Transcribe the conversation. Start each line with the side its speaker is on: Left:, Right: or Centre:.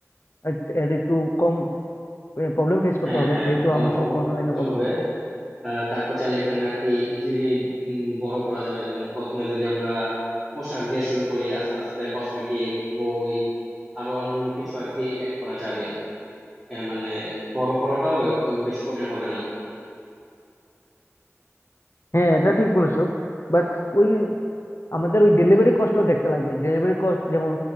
Left: এর- এর একটু কম প্রবলেম ফেস করতে
Centre: হ্যাঁ
Left: হবে
Centre: হ্যাঁ
Left: যেহেতু
Centre: কম
Left: আমরা
Centre: প্রবলেম
Left: সব অনলাইনে
Centre: করতে
Left: করবো
Centre: হবে আহ, তারপর চাইলে এখানে আর কি ইজিলি বড় করা যাবে যেমন প্রথমে যদি আমরা পোশাক দিয়ে শুরু করি আস্তে আস্তে কসমেটিক বই আরো অন্যান্য কিছু আর কি অ্যাড করা যাবে এ মানে বড় করাটাও এক- উম, বেশি কঠিন হবে না
Left: হ্যাঁ এটা ঠিক বলেছো বাট ওই আমাদের ওই ডেলিভারি কস্ট দেখতে লাগবে ডেলিভারি কস্ট যেমন